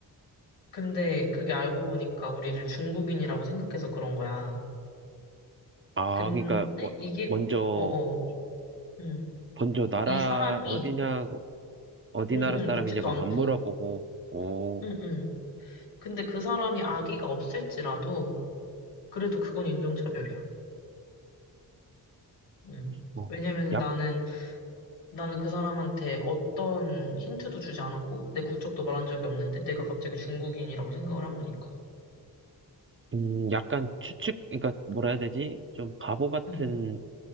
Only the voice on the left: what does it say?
근데 그게 알고 보니까 우리를 중국인이라고 생각해서 그런 거야.
근데
이게,
어어, 음,
이 사람이,
응,
응,
묻지도 않고,
응, 응. 근데 그 사람이 아기가 없을지라도, 그래도 그건 인종차별이야. 음.
왜냐면은
나는, 나는 그 사람한테 어떤 힌트도 주지 않았고, 내 국적도 말한 적이 없는데, 내가 갑자기 중국인이라고 생각을 한 거니까.
응,